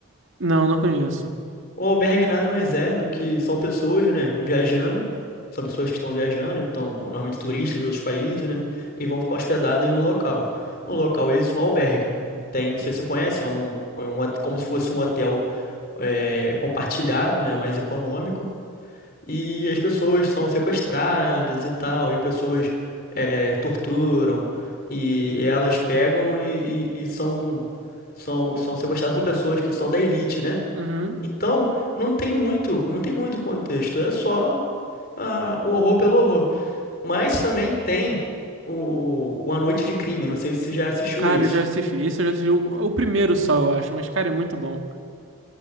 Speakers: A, on the right; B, on the left.
A: Não, não conheço.
B: O albergue nada mais é do que são pessoas, né, viajando, são pessoas que estão viajando, então, normalmente turistas de outros países, né, e vão ficar hospedadas em um local. No local esse, um albergue, que tem, não sei se você conhece, é um, é um hot- como se fosse um hotel é, compartilhado, né, mais econômico, e as pessoas são sequestradas e tal, e pessoas é, torturam, e elas pegam e, e- e são, são, são sequestradas por pessoas que são da elite, né?
A: Uhum.
B: Então, não tem muito, não tem muito contexto, é só ah, o horror pelo horror. Mas também tem o, o A Noite de Crime, não sei se você já assistiu
A: Cara,
B: esse.
A: eu já assisti. Esse eu já assisti o, o primeiro só, eu acho, mas cara, é muito bom.